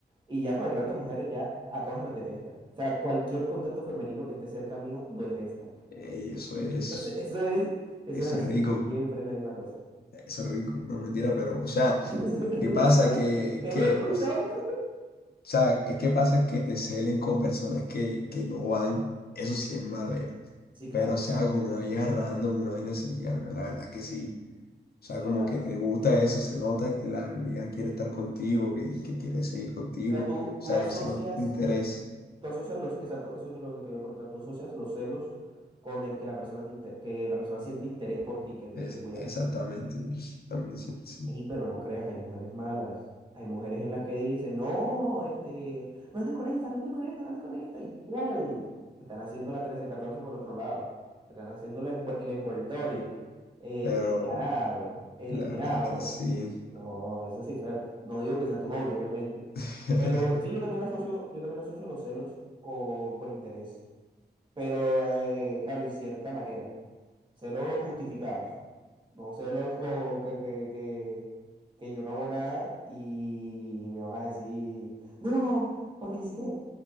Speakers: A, on the right; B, on the left.
A: Y ya con el resto de mujeres ya a todas las detesta. O sea, cualquier contacto femenino que esté cerca mío lo detesta.
B: eh, y eso es,
A: Entonces, <laughs> eso es, eso
B: eso
A: es así,
B: es rico,
A: siempre es la misma cosa.
B: eso es rico, no mentira, pero, o
A: <laughs>
B: sea,
A: Entonces,
B: ¿qué pasa?
A: rico,
B: Que,
A: eres
B: que, o
A: un
B: s-
A: loco.
B: o sea, es que pasa que te celen con personas que, que no van, eso sí es malo ya.
A: Sí, claro,
B: Pero, o sea, con una vieja random, una vaina así, ya, la verdad que sí. O sea,
A: sí,
B: como
A: claro.
B: que te gusta eso, se nota que la ella quiere estar contigo, que, que quiere seguir contigo.
A: O sea, tú,
B: O sea,
A: tú asocias
B: eso se nota interés.
A: Tú asocias los, exacto, eso es lo que te voy a preguntar, tú asocias los celos con el que la persona te inte- que la persona siente interés por ti, que te
B: Es
A: quiere cuidar.
B: exactamente, yo sí también siento sí.
A: Ey, pero no creas, hay mujeres malas. Hay mujeres en las que dicen, no, este, no andes con esta, no andes con esta, no andes con esta, y ¡pum! Te están haciendo la trece catorce por otro lado. Te están haciendo la envu- el envoltorio, eh,
B: Pero
A: el ganado, el
B: la
A: venado.
B: verdad que sí.
A: No, eso sí es feo. No digo que sea tu novio, obviamente.
B: <laughs>
A: Pero sí, yo también asocio, yo también asocio los celos con, con interés pero eh, claro, en cierta manera. Celos justificados. No celos como que, que, que, que yo no hago nada y me vas a decir, no, ¿por qué hiciste?